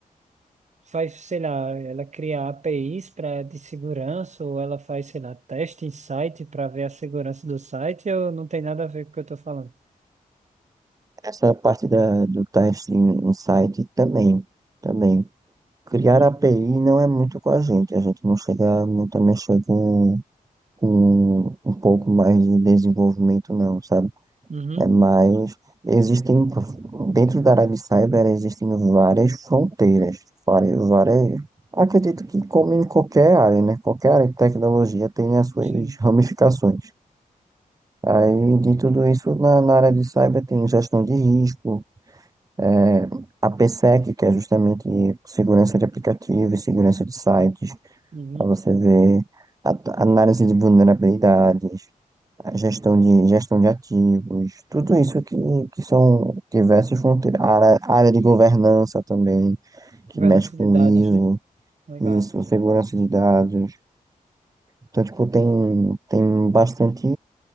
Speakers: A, on the right (about 50°); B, on the right (about 25°).
A: faz, sei lá, ela cria APIs para de segurança ou ela faz, sei lá, teste em site para ver a segurança do site ou não tem nada a ver com o que eu estou falando?
B: Essa parte da, do teste em em site também, também. Criar
A: Uhum,
B: API não é muito com a gente, a gente não chega muito a mexer com, com um pouco mais de desenvolvimento não, sabe?
A: uhum,
B: É mais, existem, dentro da área de cyber existem várias fronteiras, várias, várias, acredito que como em qualquer área, né? Qualquer área de tecnologia tem as suas
A: sim,
B: ramificações. Aí, de tudo isso, na, na área de cyber tem gestão de risco, é, a PSEC, que é justamente segurança de aplicativos, segurança de sites,
A: uhum.
B: para você ver a- a análise de vulnerabilidades, a gestão de, gestão de ativos, tudo isso que, que são diversas fronteiras, A área, a área de governança também, que
A: Governança
B: mexe com
A: de dados,
B: ISO,
A: né? Legal.
B: isso, segurança de dados. Então, tipo, tem, tem bastante